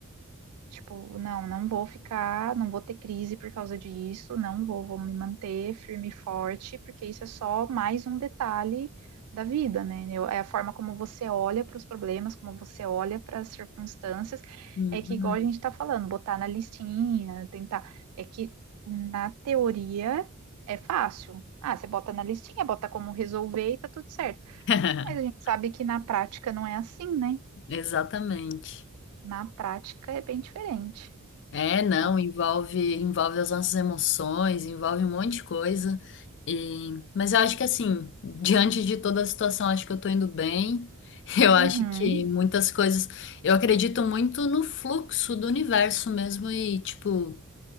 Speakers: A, on the right; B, on the left.
A: tipo, não, não vou ficar, não vou ter crise por causa disso, não vou, vou me manter firme e forte, porque isso é só mais um detalhe da vida, né? Eu- é a forma como você olha para os problemas, como você olha para as circunstâncias,
B: Uhum.
A: é que igual a gente está falando, botar na listinha, tentar, é que na teoria é fácil. Ah, você bota na listinha, bota como resolver e tá tudo certo.
B: <laughs>
A: Mas a gente sabe que na prática não é assim, né?
B: Exatamente.
A: Na prática é bem diferente.
B: É, não,
A: Na-
B: envolve, envolve as nossas emoções, envolve um monte de coisa. E... Mas eu acho que assim, diante de toda a situação, acho que eu tô indo bem. <laughs> Eu acho
A: Uhum,
B: que muitas coisas. Eu acredito muito no fluxo do universo mesmo e, tipo,